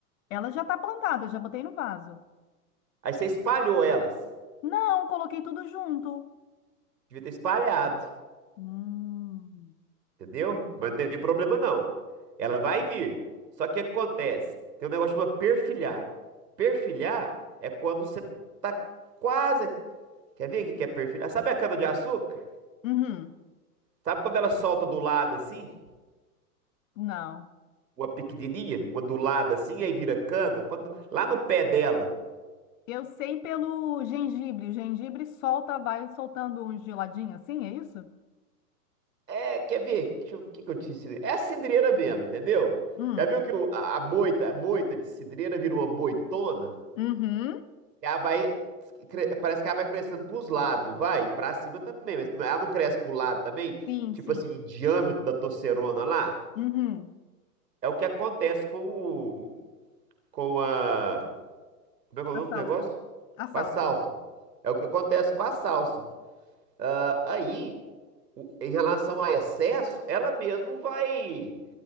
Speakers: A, on the left; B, on the right.
A: Ela já tá plantada, já botei no vaso.
B: aí você espalhou elas.
A: Não, coloquei tudo junto.
B: Devia ter espalhado.
A: Hum.
B: Entendeu? Mas não tem problema não. Ela vai vir. Só que o que acontece? Tem um negócio chamado perfilhar. Perfilhar é quando você tá quase. Quer ver o que que é perfilhar? Sabe a cana-de-açúcar?
A: Uhum,
B: Sabe quando ela solta do lado assim?
A: não.
B: Uma pequenininha, uma do lado assim, aí vira cana? Quando... Lá no pé dela.
A: Eu sei pelo gengibre. O gengibre solta, vai soltando um geladinho assim, é isso?
B: É, quer ver? Deixa eu- O que que eu te ensinei? É a cidreira mesmo, entendeu?
A: Hum.
B: Já viu que o- a, a moita, a moita de cidreira vira uma moitona?
A: Uhum.
B: Ela vai. cre- Parece que ela vai crescendo pros lados, vai. Pra cima também, mas ela não cresce pro lado também?
A: Sim,
B: Tipo
A: sim.
B: assim, em diâmetro da torcerona lá?
A: Uhum.
B: É o que acontece com o. Com a. Como é que é o
A: A
B: nome
A: salsa.
B: do negócio?
A: A
B: Com
A: salsa.
B: a salsa. É o que acontece com a salsa. Ah, aí, o- em relação a excesso, ela mesmo vai.